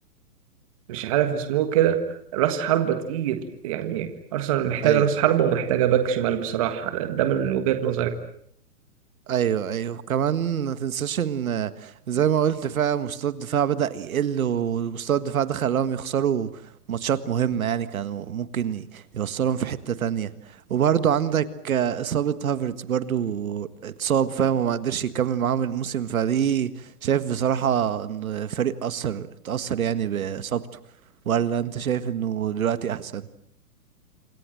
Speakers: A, on the right; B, on the right.
A: مش عارف اسمه كده راس حربة تقيل يعني أرسنال محتاجة
B: ايوه
A: راس حربة ومحتاجة باك شمال بصراحة ده من وجهة نظري
B: ايوه ايوه كمان ما تنساش ان زي ما قلت فعلا مستوى الدفاع بدأ يقل ومستوى الدفاع ده خلاهم يخسروا ماتشات مهمة يعني كانوا ممكن ي- يوصلهم في حتة تانية وبرضو عندك آه، إصابة هافرتز برضو اتصاب فاهم وما قدرش يكمل معاهم الموسم فدي شايف بصراحة ان الفريق أثر اتأثر يعني بإصابته ولا انت شايف انه دلوقتي احسن